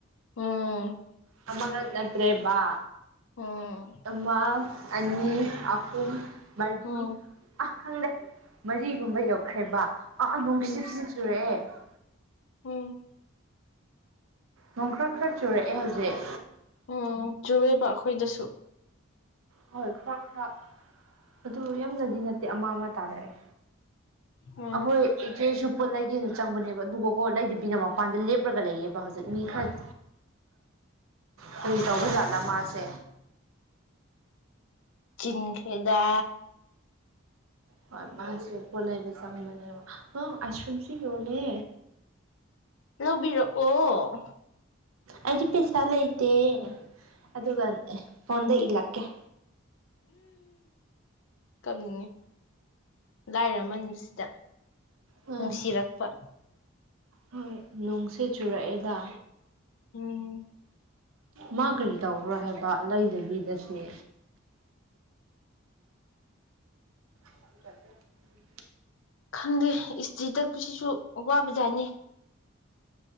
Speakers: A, on the left; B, on the right.
A: ꯎꯝ
B: ꯃꯃꯒ ꯅꯠꯇ꯭ꯔꯦꯕꯕꯥ
A: ꯎꯝ
B: ꯃꯥ ꯑꯅꯤ ꯑꯍꯨꯝ ꯃꯔꯤ
A: ꯎꯝ
B: ꯈꯪꯗꯦ ꯃꯔꯤꯒꯨꯝꯕ ꯌꯧꯈ꯭ꯔꯦꯕ ꯑꯥ ꯑꯥ ꯅꯣꯡ
A: ꯎꯝ
B: ꯈꯤꯖꯤꯛ ꯈꯤꯖꯤꯛ ꯆꯨꯔꯑꯦ ꯑ
A: ꯎꯝ
B: ꯅꯣꯡ ꯈꯔ ꯈꯔ ꯆꯨꯔꯛꯑꯦ ꯍꯧꯖꯤꯛ
A: ꯎꯝ ꯆꯨꯨꯔꯦꯕ ꯑꯈꯣꯏꯗꯁꯨ
B: ꯍꯣꯏ ꯈꯔ ꯈꯔ ꯑꯗꯨ ꯌꯥꯝꯅꯗꯤ ꯅꯠꯇꯦ ꯑꯃ ꯑꯃ ꯇꯥꯔꯛꯑꯦ
A: ꯎꯝ
B: ꯑꯈꯣꯏ ꯏꯆꯦꯁꯨ ꯄꯣꯠ ꯂꯩꯒꯦꯅ ꯆꯪꯕꯅꯦꯕ ꯑꯗꯨꯒꯀꯣ ꯂꯩꯗꯕꯤꯅ ꯃꯄꯥꯟꯗ ꯂꯦꯞꯄꯒ ꯂꯩꯌꯦꯕ ꯍꯧꯖꯤꯛ ꯃꯤ ꯈꯔ ꯀꯔꯤ
A: ꯏꯁ
B: ꯇꯧꯕ ꯖꯥꯠꯂ ꯃꯥꯁꯦ
A: ꯆꯤꯡꯈꯔꯦꯗꯥ
B: ꯍꯣꯏ ꯃꯥꯁꯨ ꯀꯣꯂꯦꯕ ꯆꯪ ꯃꯕ ꯅꯪ ꯑꯥꯏꯁ ꯀ꯭ꯔꯤꯝꯁꯨ ꯌꯣꯂꯦ
A: ꯂꯧꯕꯤꯔꯛꯑꯣ
B: ꯑꯩꯗꯤ ꯄꯦꯁꯥ ꯂꯩꯇꯦ ꯑꯗꯨꯒ ꯐꯣꯟꯗ ꯏꯂꯛꯀꯦ
A: ꯀꯞꯅꯤꯡꯉꯤ ꯂꯥꯏꯔꯃꯟꯕꯁꯤꯗ
B: ꯎꯝ
A: ꯅꯨꯡꯁꯤꯔꯛꯄ
B: ꯍꯣꯏ ꯅꯣꯡꯁꯦ ꯆꯨꯔꯛꯑꯦꯗ
A: ꯎꯝ
B: ꯃꯥ ꯀꯔꯤ ꯇꯧꯕ꯭ꯔꯣ ꯍꯥꯏꯕ ꯂꯩꯗꯕꯤꯗꯁꯨꯅꯦ <unintelligible>
A: ꯈꯪꯗꯦ ꯏꯁꯇꯤ ꯇꯛ ꯁꯤꯁꯨ ꯋꯥꯕꯖꯥꯅꯤ